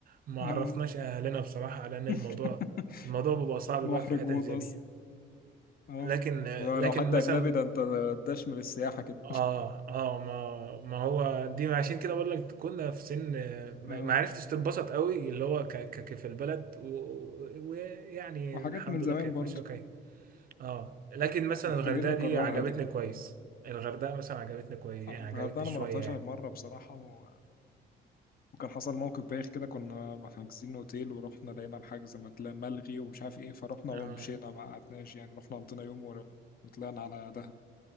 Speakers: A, on the right; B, on the left.
A: ما
B: آه.
A: عرفناش اهلنا بصراحة على ان الموضوع
B: <laughs>
A: الموضوع بيبقى صعب بقى
B: محرج
A: في الحتت
B: موت
A: زي
B: اصلا
A: دي
B: اه
A: لكن
B: ولو
A: لكن
B: حد
A: مثلا
B: اجنبي ده انت داش من السياحه كده
A: اه اه ما ما هو دي عشان كده بقول لك كنا في سن ما
B: اه
A: ما عرفتش تتبسط قوي اللي هو ك ك ك- في البلد و- ويعني
B: وحاجات
A: الحمد
B: من زمان
A: لله كانت
B: برضو
A: ماشيه وكاية اه لكن مثلا
B: محتاجين
A: الغردقه
B: نكررها
A: دي عجبتني
B: دي
A: كويس الغردقه مثلا عجبتني كويس
B: آه،
A: يعني
B: الغردقه
A: عجبتني
B: انا
A: شويه
B: ما رحتهاش
A: يعني
B: غير مره بصراحه و... وكان حصل موقف بايخ كده كنا حاجزين اوتيل ورحنا لقينا الحجز متل- ملغي ومش عارف ايه فرحنا
A: اه
B: ومشينا ما قعدناش يعني رحنا قضينا يوم ور... وطلعنا على دهب